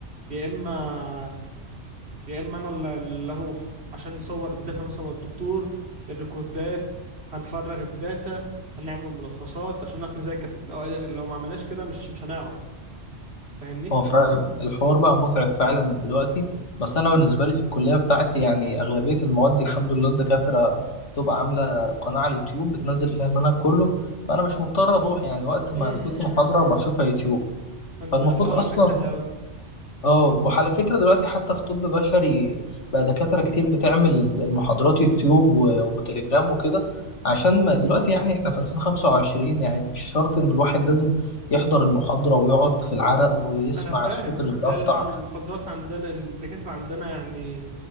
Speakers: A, on the right; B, on the left.
A: يا اما يا اما انا اللي اللي اروح عشان نصور الداتا مثلا والدكتور الريكوردات هنفرغ الداتا هنعمل ملخصات عشان نعرف نذاكر لو لو ما عملناش كده مش مش هنعرف فاهمني
B: هو فعلا الحوار بقى متعب فعلا دلوقتي بس أنا بالنسبة لي في الكلية بتاعتي يعني أغلبية المواد الحمد لله الدكاترة بتبقى عاملة قناة على اليوتيوب بتنزل فيها المنهج كله فأنا مش مضطر أروح يعني وقت ما
A: امم
B: تفوتني محاضرة بشوفها يوتيوب
A: انت
B: فالمفروض
A: ده الحوار
B: أصلا
A: عندك سهل قوي
B: اه وعلى فكرة دلوقتي حتى في طب بشري بقى دكاترة كتير بتعمل المحاضرات يوتيوب و- وتليجرام وكده عشان ما دلوقتي يعني احنا في 2025 يعني مش شرط ان الواحد لازم يحضر المحاضرة ويقعد في العرق ويسمع
A: انا فاهم
B: الصوت اللي بيقطع
A: لا لا، احنا المحاضرات عندنا الدكاترة عندنا يعني